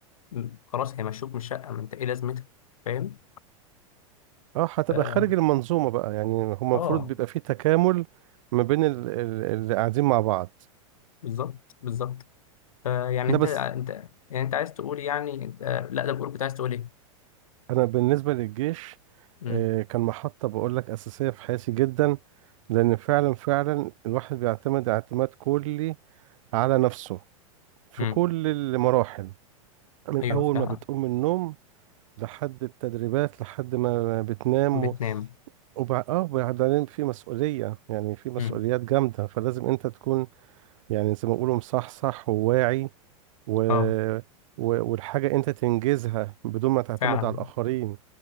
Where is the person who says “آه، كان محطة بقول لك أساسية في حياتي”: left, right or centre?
Right